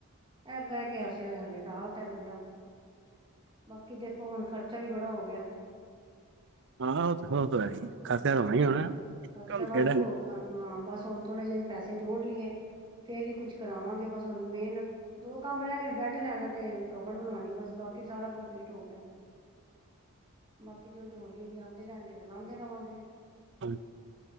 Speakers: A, on the right; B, on the right.
A: <inaudible> ਇਹ ਬੰਦਾ ਬਾਕੀ ਦੇਖੋ ਹੁਣ ਖਰਚਾ ਵੀ ਬੜਾ ਹੋ ਗਿਆ
B: ਹਾ ਹਾ ਓ ਤੇ ਹੈ ਹੀ ਖਰਚਾ
A: ਹਾਂ,
B: ਹੋਣਾ ਹੀ ਹੋਣਾ
A: ਖਰਚਾ
B: ਕੰਮ ਖੇਡਾਂਗੇ
A: ਵਾਧੂ ਹੋ ਗਿਆ ਹਾਂ ਬਸ ਹੁਣ ਥੋੜੇ ਜਿਹੇ ਪੈਸੇ ਜੋੜ ਲਈਏ ਫੇਰ ਹੀ ਕੁਛ ਕਰਾਵਾਂਗੇ ਬਸ ਹੁਣ ਮੇਨ ਦੋ ਕੰਮ ਰਹਿ ਗਏ ਬੈਡ ਲੈਨੇ ਤੇ ਕਬਟ ਬਣਵਾਉਣੀ ਬਸ ਬਾਕੀ ਸਾਰਾ ਕੰਪਲੀਟ ਹੋ ਗਿਆ ਬਾਕੀ ਜੋ ਜੇ ਹੌਲੀ- ਹੌਲੀ ਆਉਂਦੇ ਰਹਿਣਗੇ ਤਾਂ ਲਾਉਂਦੇ ਰਵਾਂਗੇ
B: ਹਾਂਜੀ